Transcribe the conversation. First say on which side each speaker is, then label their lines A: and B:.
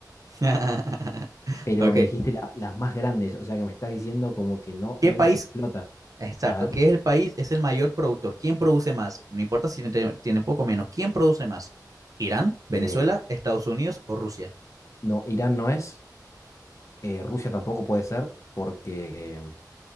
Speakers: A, on the right; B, on the left.
A: <laughs>
B: Pero
A: Ok.
B: me dijiste la- las más grandes, o sea que me estás diciendo como que no,
A: ¿Qué
B: no
A: país
B: las explotan.
A: Exacto.
B: A ver.
A: ¿Qué es el país? Es el mayor productor. ¿Quién produce más? No importa si tiene, tiene poco o menos. ¿Quién produce más? ¿Irán, Venezuela,
B: eh,
A: Estados Unidos o Rusia?
B: no, Irán no es. eh, Rusia tampoco puede ser, porque. eh,